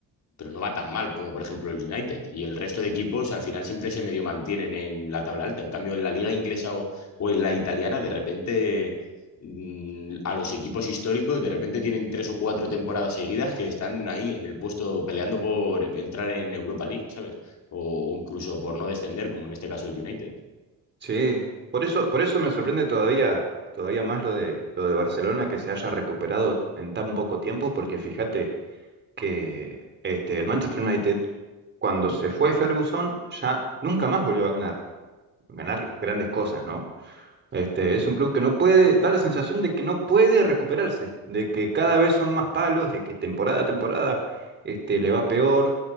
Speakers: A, on the left; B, on the right.
A: pero no va tan mal como por ejemplo el United. Y el resto de equipos al final siempre se medio mantienen en la tabla alta. En cambio, en la liga inglesa o, o en la italiana, de repente mmm, a los equipos históricos, de repente tienen tres o cuatro temporadas seguidas que están ahí en el puesto peleando por entrar en Europa League, ¿sabes? O, incluso por no descender, como en este caso el United.
B: Sí, por eso, por eso me sorprende todavía, todavía más lo de, lo de Barcelona que se haya recuperado en tan poco tiempo, porque
A: Sí,
B: fíjate que este, el Manchester United Cuando
A: sí,
B: se fue Ferguson, ya nunca más volvió a ganar, ganar grandes cosas, ¿no? Este,
A: Mm.
B: es un club que no puede, da la sensación de que no puede recuperarse, de que cada vez son más palos, de que temporada a temporada este, le va peor,